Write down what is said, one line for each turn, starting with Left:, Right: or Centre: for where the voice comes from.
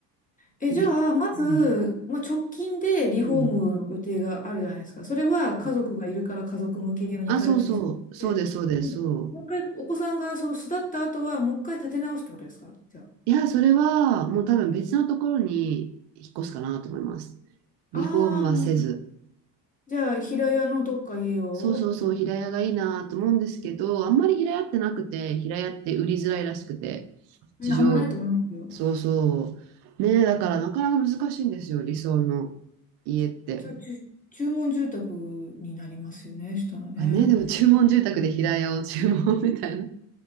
Left: え、
Right: で、
Left: じゃあ、まず、
Right: うん、
Left: まあ、直近でリフォームの予定があるじゃないですか。
Right: うん、
Left: それは家族がいるから家族向けの2階建てにされて、
Right: うん。あ、そうそう、そうです、そうです、
Left: でももう一回お子さんがその巣立った後は、
Right: そう。
Left: もう一回建て直すってことですかじゃあ。
Right: いや、それはもう多分別のところに引っ越すかなと思います。リフォームはせず。
Left: ああ、じゃあ、平屋のどっか家を、
Right: そうそうそう、平屋がいいなと思うんですけど、あんまり平屋ってなくて、平屋って売りづらいらしくて。
Left: うんあんまないと思いますよ。
Right: 事情そうそう。ねえ、だからなかなか難しいんですよ、理想の家って。
Left: じゃあ、ちゅ注文住宅になりますよね、したらね。
Right: あね、でも注文住宅で平屋を注文みたいな。